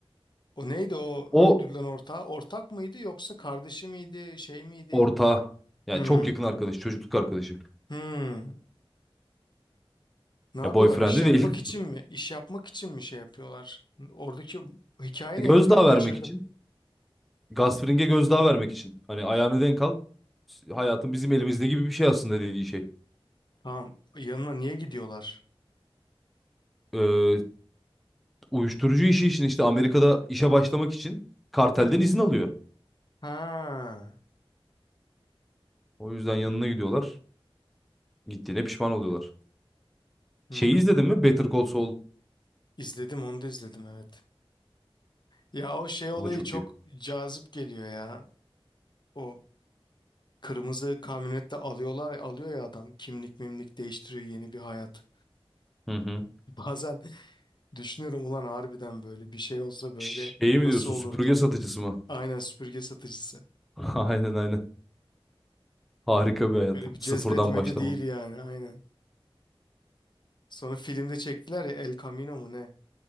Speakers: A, on the left; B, in the centre.
A: O neydi o öldürülen
B: O
A: ortağı? Ortak mıydı yoksa kardeşi miydi? Şey miydi?
B: ortağı. Yani
A: Hmm.
B: çok yakın arkadaş, çocukluk arkadaşı.
A: Hmm. Ne yapıyorlar?
B: Ya boyfriend'i
A: İş yapmak
B: değil.
A: için mi? İş yapmak için mi şey yapıyorlar? Oradaki hikaye
B: <laughs> Gözdağı
A: neydi? Ben kaçırdım.
B: vermek için. Gasfring'e gözdağı vermek için. Hani ayağını denk al. Hayatın bizim elimizde gibi bir şey aslında dediği şey.
A: Tamam. Yanına niye gidiyorlar?
B: Ee, uyuşturucu işi için işte Amerika'da işe başlamak için kartelden izin alıyor.
A: Ha.
B: O yüzden yanına gidiyorlar. Gittiğine pişman oluyorlar.
A: Hmm.
B: Şeyi izledin mi? Better Call Saul.
A: İzledim onu da izledim evet. Ya o şey olayı
B: O da çok
A: çok
B: iyi.
A: cazip geliyor ya. O kırmızı kamyonette alıyorlar alıyor ya adam kimlik mimlik değiştiriyor yeni bir hayat.
B: Hı hı.
A: <laughs> Bazen düşünüyorum ulan harbiden böyle bir şey olsa böyle
B: Şeyi
A: nasıl
B: mi diyorsun?
A: olurdu?
B: Süpürge satıcısı mı?
A: Aynen süpürge satıcısı.
B: <laughs> Aynen aynen. Harika bir hayat.
A: Böyle bir
B: Sıfırdan
A: cezbetmedi
B: başlama.
A: değil yani aynen. Sonra filmde çektiler ya El Camino mu ne?